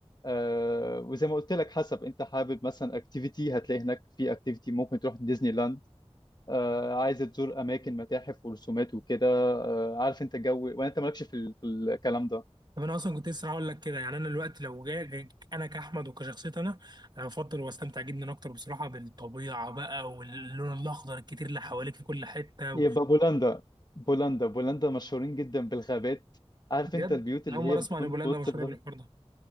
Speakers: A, on the left (about 40°); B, on the right (about 40°).
A: آه، وزي ما قلت لك حسب أنت حابب مثلا اكتيفيتي هتلاقي هناك في اكتيفيتي ممكن تروح ديزني لاند آه، عايز تزور أماكن متاحف ورسومات وكده آه، عارف أنت جو وأنت مالكش في ال- في الكلام ده
B: طب انا اصلا كنت لسه هقول لك كده يعني انا دلوقتي لو جاي جاي- انا كاحمد وكشخصيتي انا انا بفضل واستمتع جدا اكتر بصراحه بالطبيعه بقى واللون الاخضر الكتير اللي حواليك في كل حته
A: يبقى
B: و-
A: بولندا بولندا بولندا مشهورين جدا بالغابات عارف
B: بجد
A: انت البيوت
B: انا
A: اللي
B: اول
A: هي
B: مره اسمع
A: بتكون
B: ان بولندا
A: في وسط
B: مشهوره
A: الغابة
B: بالحوار ده